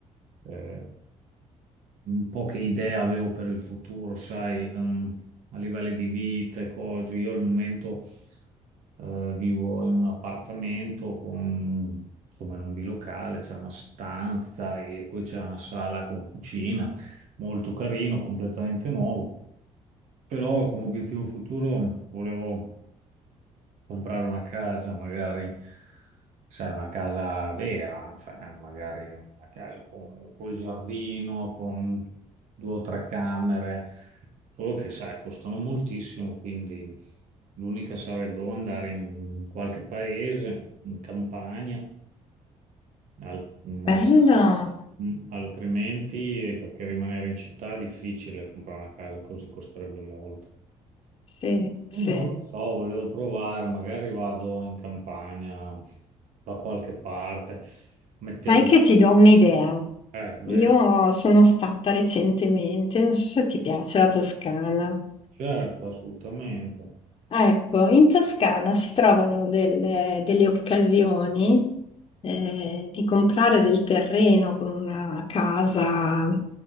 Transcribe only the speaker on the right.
eh, un po' che idea avevo per il futuro, sai, ehm, a livello di vita e cose. Io al momento eh, vivo in un appartamento con, insomma, in un bilocale, c'è una stanza e poi c'è una sala con cucina, molto carino, completamente nuovo. Però come obiettivo futuro volevo comprare una casa, magari, sai, una casa vera, cioè magari una casa con, col giardino, con due o tre camere, solo che, sai, costano moltissimo, quindi l'unica sarebbe o andare in qualche paese, in campagna, al, in montagna.
Mm, Altrimenti, eh, perché rimanere in città è difficile comprare una casa così costerebbe molto.
Eh,
non lo so, volevo provare, magari vado in campagna da qualche parte, mettevo...
Eh, bene,
certo, assolutamente,